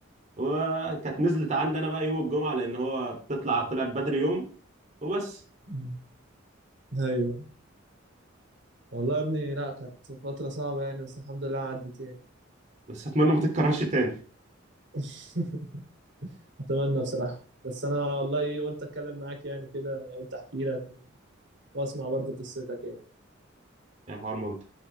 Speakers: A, on the right (about 35°); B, on the right (about 60°).
A: وكانت نزلت عندي انا بقى يوم الجمعه لان هو بتطلع طلعت بدري يوم وبس
B: مم. ايوه والله يا ابني لا كانت فتره صعبه يعني بس الحمد لله عدت يعني
A: بس اتمنى ما تتكررش تاني
B: <laughs> اتمنى بصراحه بس انا والله إيه، قلت اتكلم معاك يعني كده قلت احكي لك واسمع برضو قصتك يعني
A: يعني حوار ممتع